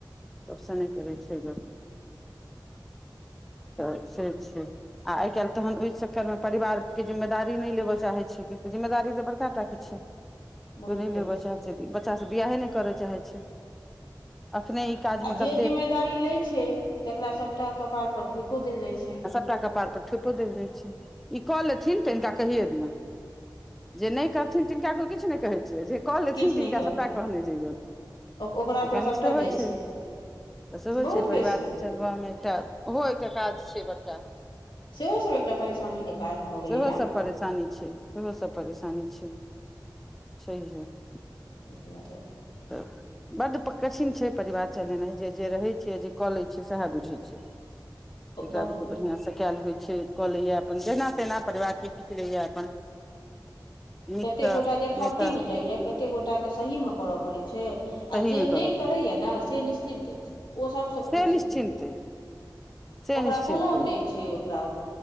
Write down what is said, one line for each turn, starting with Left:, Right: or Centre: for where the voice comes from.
Centre: सबसँ न करै छैगन <inaudible> त से छै आ आइ काल्हि तखन ओहि चक्कर मे परिवार के जिम्मेदारी लेय चाहैत छै जिम्मेदारी तऽ बड़क टाके अच्छा
Left: बहुत
Centre: को नहि
Left: पैघ
Centre: लेबय चाहै छै बच्चा सब बियाहे नहि करय चाहै छै अखने काजमे
Left: आ जे
Centre: क
Left: जिम्मेदारी ले छै तकरा सबटा कपार पर ठुकियो देल जाइ छै
Centre: सब टा कपार पर ठेपो देल दै छै ई कऽ लेथिन तऽ हिनका कहिये दियनि जे नहि करथिन तिनका को किछु नहि कहै छियै जे कऽ लेथिन
Left: किछु
Centre: तिनका
Left: नहि कहतै
Centre: सभटा कहने जैयौन तऽ
Left: ओकरा पर
Centre: कनिक
Left: सभटा
Centre: सेहो
Left: जाइ
Centre: छै तऽ सेहो
Left: बहुत
Centre: छै परिवारके
Left: बेसी
Centre: चलबामे एकटा ओहो एकटा काज छैै बड़का
Left: सेहोसभ एकटा परेशानीके कारण भऽ गेलै
Centre: सेहो
Left: हेँ
Centre: सब परेशानी छै सेहो सब परेशानी छै सह
Left: तै दुआरे
Centre: तऽ बड्ड कठिन छै परिवार चलेनाइ जे जे रहैत छै जे कऽ लैत छियै सएह बुझैत छै जकरा
Left: बहुत
Centre: बुते बढ़ियाँ सँ कयल होइ छै कऽ लैए अपन जेना तेहिना परिवारके खीच लैए अपन नीकसँ
Left: कतेक कोटा देखावटी
Centre: नहि तऽ
Left: मे जाइये कतेक गोटाक के सहीमे करय पड़ैत छै
Centre: सहीमे
Left: आ जे
Centre: करय
Left: नहि
Centre: पड़ै
Left: करैया ने से निश्चिन्त छै ओ सबसँ
Centre: से
Left: खुश
Centre: निश्चिन्ते
Left: हो छै
Centre: से
Left: ओकरा
Centre: निश्चिन्ते
Left: कोनो नहि छै ओकरा